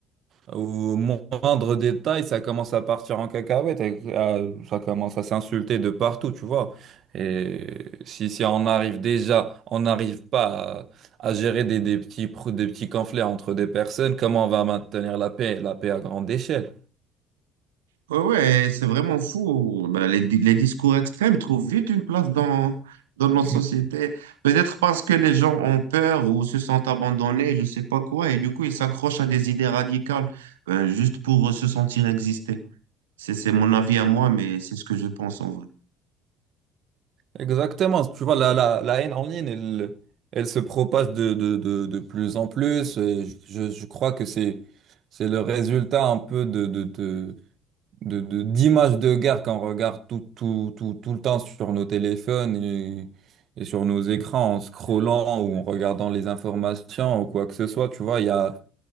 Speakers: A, on the right; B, on the right.
A: Au moindre détail, ça commence à partir en cacahuète, et à- ça commence à s'insulter de partout, tu vois. Et si, si on arrive déjà, on n'arrive pas à, à gérer des, des petits, pro- des petits conflits entre des personnes, comment on va maintenir la paix, la paix à grande échelle?
B: Ouais, ouais, c'est vraiment fou. Ben, les, di- les discours extrêmes trouvent vite une place dans, dans notre
A: <laughs>
B: société. Peut-être parce que les gens ont peur ou se sentent abandonnés, je sais pas quoi, et du coup, ils s'accrochent à des idées radicales, ben, juste pour euh, se sentir exister. C'est, c'est mon avis à moi, mais c'est ce que je pense en vrai.
A: Exactement, tu vois, la, la, la haine en ligne, elle, elle se propage de, de, de, de plus en plus. Et je, je crois que c'est, c'est le résultat un peu de, de, de- de, de- d'images de guerre qu'on regarde tout, tout, tout, tout le temps sur nos téléphones et, et sur nos écrans en scrollant ou en regardant les informations ou quoi que ce soit, tu vois, il y a,